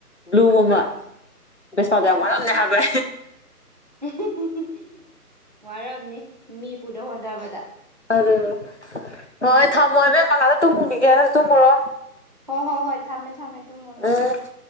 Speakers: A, on the left; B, on the right.
A: ꯕ꯭ꯂꯨ
B: ꯎꯝ
A: ꯑꯃ ꯕꯦꯁꯄꯥꯗꯣ ꯌꯥꯝ ꯋꯥꯔꯝꯌꯤ ꯍꯥꯏꯕ꯫
B: <unintelligible> ꯋꯥꯔꯝꯅꯤ ꯃꯤ ꯄꯨꯅꯕ ꯍꯣꯠꯅꯕꯗ꯫
A: ꯑꯗꯨ ꯍꯣꯏ ꯊꯝꯃꯣ ꯏꯕꯦꯝꯃ ꯉꯥꯛꯇ ꯇꯨꯝꯃꯨꯒꯤꯒꯦ ꯅꯪꯁꯨ ꯇꯨꯝꯃꯨꯔꯣ꯫
B: ꯍꯣ ꯍꯣ ꯍꯣꯏ ꯊꯃꯦ ꯊꯃꯦ ꯇꯨꯃꯨꯔꯨ꯫
A: <unintelligible>